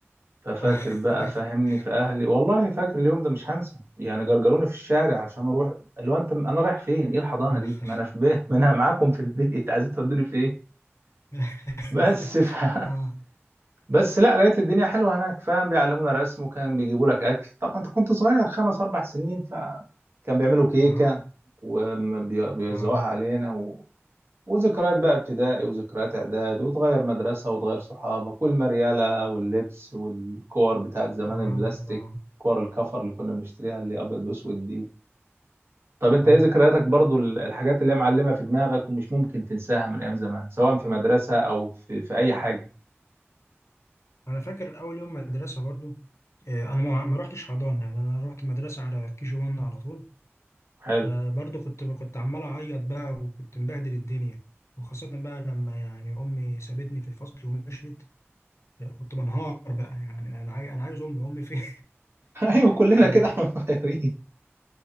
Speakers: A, on the right (about 60°); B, on the left (about 80°).
A: ففاكر
B: اه <laughs>
A: بقى فهمني في اهلي والله فاكر اليوم ده مش هنسى يعني جرجروني في الشارع عشان اروح اللي هو انت انا رايح فين ايه الحضانه
B: يا
A: دي
B: نهار
A: ما انا في بيه ما انا معاكم في البيت <laughs> عايزين تودوني في ايه
B: <laughs>
A: بس ف... <laughs>
B: اه
A: بس لا لقيت الدنيا حلوه هناك فاهم بيعلمونا رسم وكان بيجيبوا لك اكل طبعا انت كنت صغير خمس اربع سنين فكان بيعملوا كيكه
B: اه
A: وبيوزعوها
B: اه
A: علينا وذكريات بقى ابتدائي وذكريات اعدادي وتغير مدرسة وتغير صحابك والمريالة واللبس والكور بتاعت زمان
B: اه
A: البلاستيك
B: اه
A: كور الكفر اللي كنا بنشتريها اللي ابيض واسود دي طب انت
B: ايوه
A: ايه ذكرياتك برضو ال- الحاجات اللي هي معلمة في دماغك ومش ممكن تنساها من ايام زمان سواء في مدرسة او في في اي حاجة
B: انا فاكر اول يوم مدرسه برضو آه، انا ما ما رحتش حضانه يعني انا رحت مدرسه على كي جي 1 على طول
A: حلو
B: فبرضو
A: <laughs>
B: كنت كنت عمال اعيط بقى وكنت مبهدل الدنيا وخاصه بقى لما يعني امي سابتني في الفصل ومشيت كنت بنهار بقى يعني انا عاي... انا عايز امي امي فين
A: ايوه كلنا
B: <laughs>
A: كده احنا صغيرين